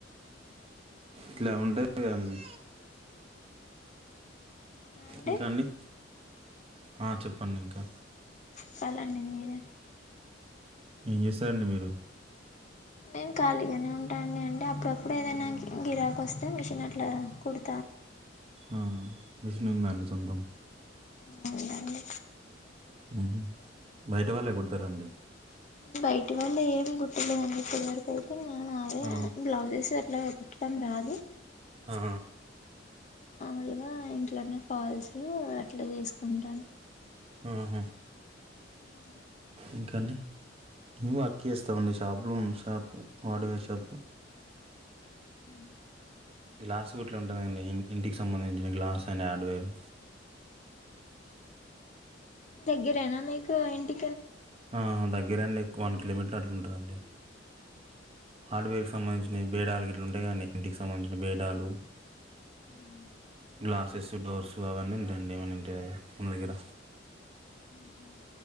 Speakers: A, on the right; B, on the left.
A: ఇట్లా ఉంటది గదండీ
B: అంటే
A: ఇంకా అండి ఆ చెప్పండింకా
B: పలండి మీరే
A: ఏం చేస్తారండి మీరు
B: నేను ఖాళీగానే ఉంటా అండి అంటే అప్పుడప్పుడు ఏదైనా గిరాకొస్తే మిషన్ అట్లా కుడ్
A: ఆ మిషనుందా అండీ సొంతం
B: అవునండి
A: ఊహ్మ్ బయట వాళ్ళేయ్ కుడ్ తరండి
B: బయటి వాళ్ళ ఏం కుట్టలేదండి ఇప్పటి వరకైతే నా అదే
A: ఆ,
B: బ్లౌజెస్ అట్లా కుట్టడం రాదు.
A: ఆ, ఆ!
B: మామూలుగా ఇంట్లోనే ఫాల్స్ అట్లా చేసుకుంటాను.
A: ఆహా
B: ఉం
A: ఇంకాండి మేము వర్క్ చేస్తామండి షాపులు షాపు హార్డువేర్ షాపు.
B: మ్మ్
A: గ్లాసు గుట్లు ఉంటుందండి ఇంటికి సంబంధించిన గ్లాస్ అండ్ ఆడ్వేరు
B: దగ్గరేనా మీకు ఇంటి
A: ఆ దగ్గరండి వన్ కిలోమీటర్ అట్లుంటదండి హార్డ్వేర్ సంబంధించినయ్ బేడాలు ఇట్లు ఉంటాయి కానీ, ఇంటికి సంబంధించిన బేడాలు.
B: ఉహు
A: గ్లాసెస్, డోర్స్ అవన్నీ ఉంటాయండి మనింటి దగ్గ మన దగ్గర.
B: ఉహు